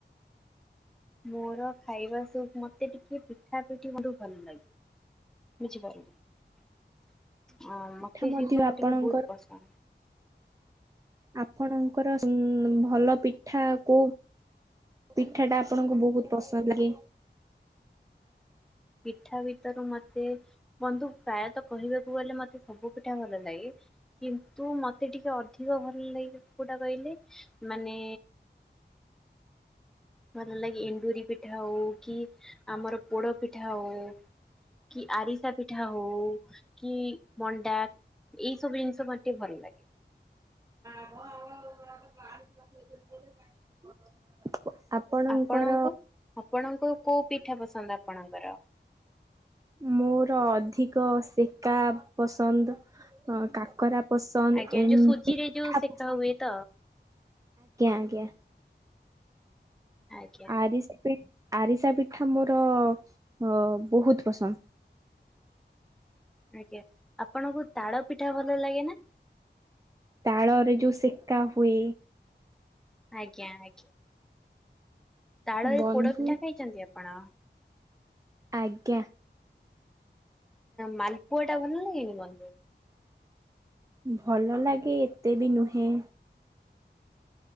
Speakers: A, in the centre; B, on the right.
A: ମୋର ଖାଇବା ସଉକ୍ ମତେ ଟିକେ ପିଠା ପିଠି <unintelligible> ଭଲ ଲାଗେ। ବୁଝିପାରିଲେ ଆ
B: ପିଠା
A: ମତେ
B: ମଧ୍ୟ
A: ସେଇ ସବୁ
B: ଆପଣଙ୍କର
A: ଟିକେ ବହୁତ ପସନ୍ଦ।
B: ଆପଣଙ୍କର ଉଁ ଭଲ ପିଠା କୋଉ? ପିଠାଟା ଆପଣଙ୍କୁ ବହୁତ ପସନ୍ଦ ଲାଗେ?
A: ପିଠା ଭିତରୁ ମତେ ବନ୍ଧୁ ପ୍ରାୟତଃ କହିବାକୁ ଗଲେ ମତେ ସବୁ ପିଠା ଭଲ ଲାଗେ। କିନ୍ତୁ ମତେ ଟିକେ ଅଧିକ ଭଲ ଲାଗେ କୋଉଟା କହିଲେ ମାନେ ଭଲ ଲାଗେ ଏଣ୍ଡୁରି ପିଠା ହଉ କି ଆମର ପୋଡ ପିଠା ହଉ। କି ଆରିସା ପିଠା ହଉ କି ମଣ୍ଡା ଏଇ ସବୁ ଜିନିଷ ମତେ ଟିକେ ଭଲ ଲାଗେ।
B: <unintelligible> ଆପଣଙ୍କର
A: ଆପଣଙ୍କୁ ଆପଣଙ୍କୁ କୋଉ ପିଠା ପସନ୍ଦ ଆପଣଙ୍କର?
B: ମୋର ଅଧିକ ସେକା ପସନ୍ଦ ଆଁ କାକରା ପସନ୍ଦ
A: ଆଜ୍ଞା
B: ଏ
A: ଯୋଉ ସୁଜିରେ
B: <unintelligible>
A: ଯୋଉ ସେକା ହୁଏ
B: ଆଜ୍ଞା
A: ତ?
B: ଆଜ୍ଞା।
A: ଆଜ୍ଞା
B: ଆରିସା ପି ଆରିସା ପିଠା ମୋର ଅ ବୋହୁତ ପସନ୍ଦ।
A: ଆଜ୍ଞା ଆପଣଙ୍କୁ ତାଳ ପିଠା ଭଲ ଲାଗେ ନା?
B: ତାଳରେ ଯୋଉ ସେକା ହୁଏ।
A: ଆଜ୍ଞା ଆଜ୍ଞା। ତାଳରେ
B: ବନ୍ଧୁ
A: ପୋଡ ପିଠା ଖାଇଚନ୍ତି ଆପଣ?
B: ଆଜ୍ଞା।
A: ମାଲପୁଅ ଟା ବଲ ଲାଗେନି ମତେ?
B: ଭଲ ଲାଗେ ଏତେ ବି ନୁହେଁ।